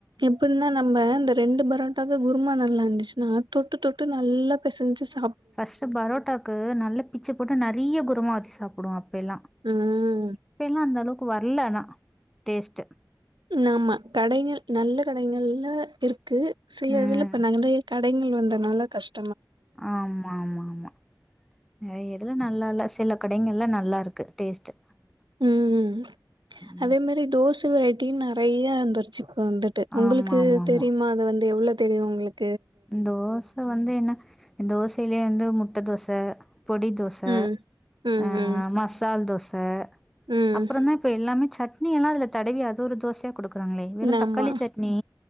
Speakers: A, on the right; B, in the centre.
A: எப்பிட்னா நம்ப அந்த ரெண்டு பரோட்டாக்கு குருமா நல்லா இருந்துச்சுனா தொட்டு தொட்டு நல்லா பெசஞ்சு சா
B: ஃபர்ஸ்டு பரோட்டாக்கு நல்லா பிச்சு போட்டு நறீய குருமா வெச்சி சாப்புடுவோ அப் பேல்லா
A: ம்.
B: இப்பெல்லா அந்த அளவுக்கு வர்ல ஆனா டேஸ்டு
A: ம் ஆமா கடைகள் நல்ல கடைகள்ல இருக்கு சில
B: ம்
A: இதுல இப்ப நாங்க வந்து க கடைங்கள் வந்தனால கஷ்
B: ஆமா ஆமா ஆமா நறைய இதுல நல்லா இல்ல ஸ் சில கடைங்கள்ல நல்லா இருக்கு டேஸ்ட்டு
A: ம்
B: ம்
A: அதே மாரி தோச வெரைட்டியு நறைய வந்துருச்சு வந்துட்டு உங்குளுக்கு
B: ஆமா ஆமா ஆமா
A: தெரியுமா அது வந்து எவ்ளோ தெரியு உங்குளுக்
B: தோச வந்து என்ன தோசயிலயே வந்து முட்ட தோச பொடி தோச
A: ம். ம்,
B: அ
A: ம்,
B: மசால் தோச
A: ம்.
B: அப்புறோ தா இப்ப எல்லாமே சட்னி எல்லா அதுல தடவி அது ஒரு தோசையா கொடுக் றாங்களே வெறு தக்காளி
A: ஆமா.
B: சட்னி